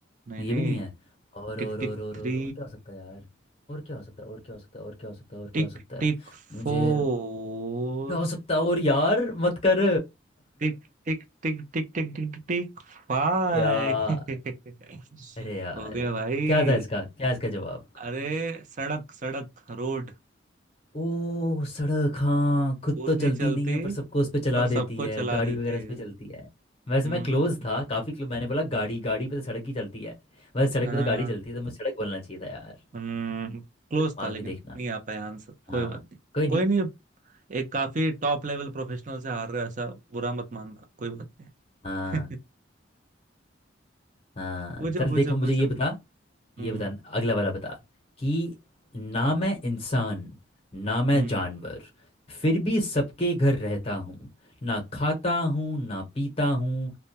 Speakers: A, on the right; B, on the left.
A: नहीं
B: नहीं
A: नहीं
B: ये भी नहीं है और
A: टिक
B: और
A: टिक
B: और और
A: थ्री
B: और और क्या हो सकता है यार और क्या हो सकता है और क्या हो सकता है और क्या हो सकता है और
A: टिक
B: क्या हो सकता
A: टिक
B: है
A: फोर
B: मुझे क्या हो सकता है और यार मत कर
A: टिक टिक टिक टिक टिक टिक टिक टिक फाइव
B: <laughs> यार
A: <laughs>
B: अरे यार
A: हो गया भाई
B: क्या था इसका क्या इसका जवाब
A: अरे सड़क सड़क रोड
B: ओ सड़क हाँ खुद
A: खुद
B: तो चलती
A: नहीं चलती
B: नहीं है पर सबको उस पे चला
A: पर
B: देती
A: सबको
B: है
A: चला
B: गाड़ी
A: देती
B: वगैरह उस
A: है
B: पे चलती है वैसे
A: हम्म
B: मैं क्लोज था काफी क्लोज मैंने बोला गाड़ी गाड़ी पे तो सड़क ही चलती है वैसे सड़क
A: हाँ
B: पे तो गाड़ी चलती है तो मुझे सड़क बोलना चाहिए था यार
A: क्लोज
B: तो दिमाग
A: था लेकिन
B: भी देखना
A: नहीं आ पाया आंसर कोई
B: हाँ
A: बात नहीं
B: कोई
A: कोई
B: नहीं
A: नहीं एक काफी टॉप लेवल प्रोफेशनल से हार रहे हो ऐसा बुरा मत मानना कोई बात नहीं
B: हाँ
A: <laughs>
B: हाँ
A: पूछो
B: चल
A: पूछो
B: देखो मुझे
A: पूछो
B: ये बता
A: हम्म
B: ये बता अगला वाला बता कि ना मैं इंसान ना मैं
A: हम्म
B: जानवर फिर भी सबके घर रहता हूँ ना खाता हूँ ना पीता हूँ